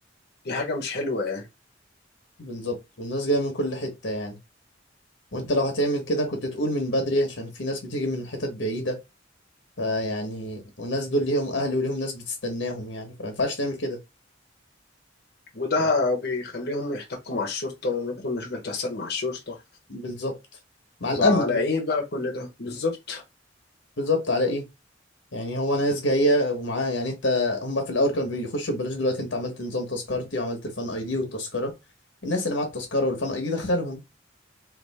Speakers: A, on the left; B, on the left.
A: دي حاجه مش حلوه يعني
B: بالظبط والناس جاية من كل حتة يعني وأنت لو هتعمل كده كنت تقول من بدري عشان في ناس بتيجي من حتت بعيدة فيعني والناس دول ليهم اهل وليهم ناس بتستناهم يعني فما ينفعش تعمل كده
A: وده
B: هو
A: بيخليهم يحتكوا مع الشرطه وممكن مشاكل تحصل مع الشرطه
B: بالظبط مع الامن
A: فعلى
B: عموماً.
A: ايه بقى كل ده بالظبط
B: بالظبط على ايه يعني هو ناس جايه ومعاها يعني انت هم في الاول كانوا بيخشوا ببلاش دلوقتي انت عملت نظام تذكرتي وعملت الفان اي دي والتذكره الناس اللي معاها التذكره والفان اي دي دخلهم